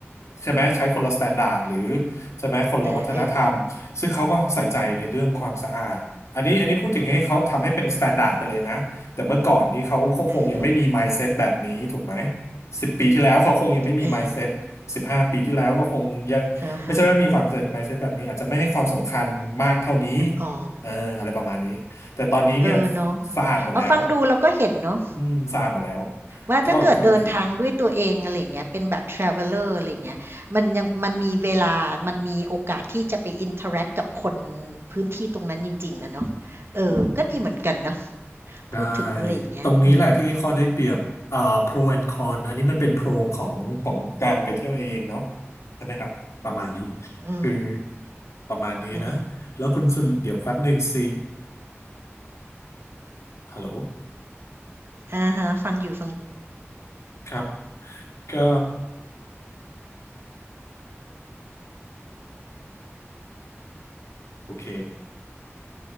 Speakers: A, on the left; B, on the right.
A: ใช่ไหมใช้คนละสแตนดาร์ดหรือใช่ไหมคนละวัฒนธรรมซึ่งเขาก็ใส่ใจในเรื่องความสะอาดอันนี้อันนี้พูดถึงให้เขาทำให้เป็นสแตนดาร์ดไปเลยนะ
B: เออเออนะอืมอืมอืม
A: แต่เมื่อก่อนนี้เขาเขาคงยังไม่มี
B: เออ
A: mindset แบบนี้ถูกไหมสิบปีที่แล้วเขาคงยังไม่มี
B: เออ
A: mindset สิบห้าปีที่แล้วก็คงยังไม่ใช่ว่ามีความ
B: อ่าฮะ
A: mindset แบบนี้อาจจะไม่ให้ความสำคัญมากเท่านี้
B: อืมอ๋อ
A: เอออะไรประมาณนี้แต่ตอนนี้เนี่ย
B: เออเนาะ
A: สะอาดหมดแล้ว
B: เอาฟังดูเราก็เห็นเนาะ
A: อืมสะอาดหมดแล้ว
B: ว่าถ้าเกิดเดินทางด้วยตัวเองอะไรอย่างเงี้ยเป็นแบบ
A: ก็ก็โอเค
B: traveler อะไรอย่างเงี้ยมันยังมันมีเวลามันมีโอกาสที่จะไป interact กับคนพื้นที่ตรงนั้นจริงๆอะเนาะเออ ก็ดีเหมือนกันเนาะ
A: ใช่
B: พูดถึงอะไรอย่างเงี้ยอืม
A: ตรงนี้แหละที่ข้อได้เปรียบอ่า pro and con อันนี้มันเป็นโปรของของการไปเที่ยวเองเนาะใช่ไหมครับประมาณนี้
B: อืม
A: คือประมาณนี้นะแล้วคุณสุดเดี๋ยวแป๊บหนึ่งสิ
B: อะฮะ
A: ฮัลโหล
B: อะฮะฟังอยู่
A: ครับก็โอเค